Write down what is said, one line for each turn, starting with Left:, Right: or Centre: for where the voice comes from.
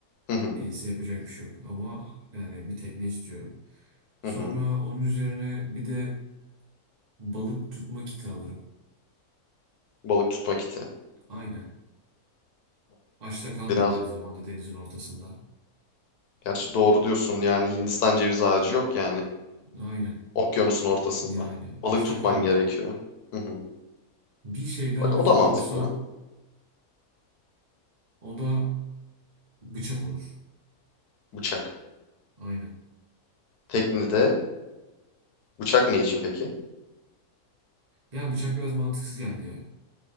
Left: Hı hı,
Right: Değilse yapacak bir şey yok. Ama yani bir tekne istiyorum. Sonra
Left: hı hı.
Right: onun üzerine bir de balık tutma kiti alırım.
Left: Balık tutma kiti.
Right: Aynen. Açta kalmayayım
Left: Biraz
Right: aynı zamanda denizin ortasında.
Left: gerçi doğru diyorsun yani Hindistan ceviz ağacı yok yani.
Right: Aynen.
Left: Okyanusun ortasında.
Right: Yani açta
Left: Balık tutman
Right: kalmayayım.
Left: gerekiyor. Hı hı.
Right: Bir şey daha
Left: Bak
Right: alacak
Left: o da mantıklı.
Right: olsam o da bıçak olur.
Left: Bıçak.
Right: Aynen.
Left: Teknede bıçak ne için peki?
Right: Yani bıçak biraz mantıksız geldi ya.